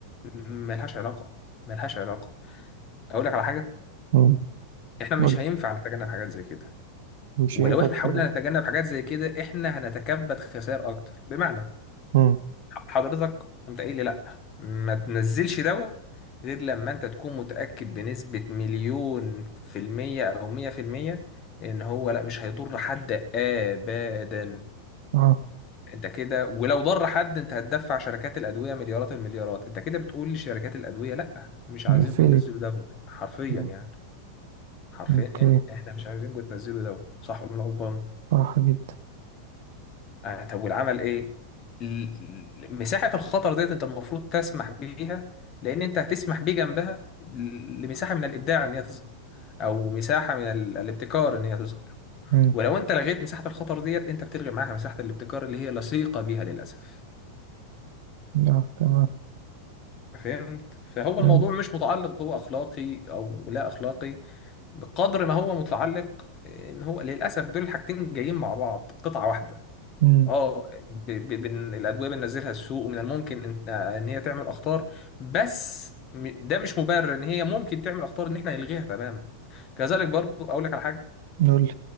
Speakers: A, on the left (about 35°); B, on the right (about 55°).
A: م- ملهاش علاقة ملهاش علاقة اقول لك على حاجة
B: مم.
A: احنا مش
B: قول.
A: هينفع نتجنب حاجات زي كده
B: مش
A: ولو
B: هينفع
A: احنا
B: تقول
A: حاولنا نتجنب حاجات زي كده احنا هنتكبد خسائر اكتر بمعنى
B: مم.
A: حضرتك قمت قايل لي لا ما تنزلش دواء غير لما انت تكون متأكد بنسبة مليون في المية او مية في المية ان هو لا مش هيضر حد ابدا
B: اه
A: انت كده ولو ضر حد انت هتدفع شركات الادوية مليارات المليارات انت كده بتقول لشركات الادوية لا مش
B: مقفلي
A: عايزينكم تنزلوا دواء حرفيا
B: مم.
A: يعني حرفيا
B: اوكي
A: إن- احنا مش عايزينكم تنزلوا دواء صح ولا أنا غلطان
B: صح جدا
A: آه طب والعمل ايه ال- ال- مساحة الخطر ديت انت المفروض تسمح بيها لان انت هتسمح بيه جنبها ل- لمساحة من الابداع ان هي تظهر او مساحة من ال- الابتكار ان هي تظهر
B: مم.
A: ولو انت لغيت مساحة الخطر ديت انت بتلغي معاها مساحة الابتكار اللي هي لصيقة بيها للاسف
B: لا تمام
A: فهمت فهو
B: فهمت
A: الموضوع مش متعلق بهو اخلاقي او لا اخلاقي بقدر ما هو متعلق ان هو للاسف دول الحاجتين جايين مع بعض قطعة واحدة
B: مم.
A: اه ب... ب... بن... الادويه بننزلها السوق ومن الممكن ان, إن هي تعمل اخطار بس م- ده مش مبرر ان هي ممكن تعمل اخطار ان احنا نلغيها تماما كذلك برضو اقول لك على حاجه
B: نقول لي.